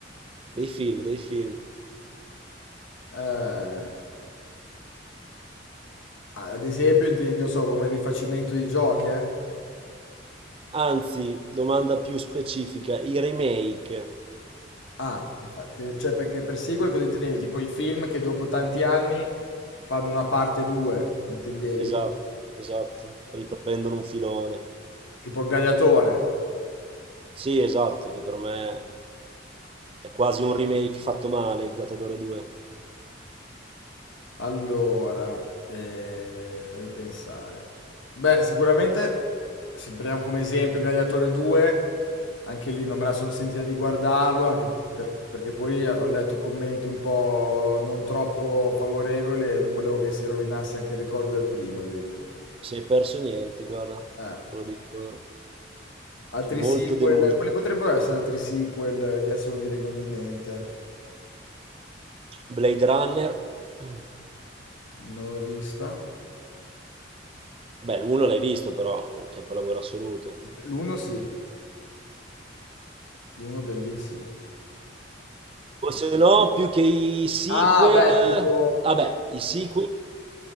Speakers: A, on the right (about 30°); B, on the left (about 85°).
A: dei film, dei film.
B: eh, ad esempio, intendi, non so, come il rifacimento di Joker?
A: Anzi, domanda più specifica, i remake.
B: Ah, infatti, che- cioè perché per sequel cosa intendevi? Tipo i film che dopo tanti anni fanno una parte 2, intendevi?
A: Esatto, esatto, riprendono un filone.
B: Tipo il Gladiatore.
A: Sì, esatto, che per me è quasi un remake fatto male, il Gladiatore 2. Non
B: Allora, eh, fammi pensare. Beh, sicuramente, se prendiamo come esempio Gladiatore 2, anche lì non me la sono sentita di guardarlo, anche perché, perché poi ho letto commenti un po' non troppo favorevoli e non volevo che si rovinasse anche il ricordo del primo addirittura.
A: ci sei perso niente, guarda,
B: Eh,
A: te lo dico,
B: altri
A: molto
B: sequel,
A: deluso.
B: quali potrebbero essere altri sequel che adesso non mi vengono in mente?
A: Blade Runner. <clears throat>
B: Non l'ho vista.
A: Beh, l'uno l'hai visto però, è un capolavoro assoluto.
B: L'uno sì, l'uno bellissimo.
A: O se no, più che i sequel,
B: Ah, beh, tipo
A: vabbè, i sequel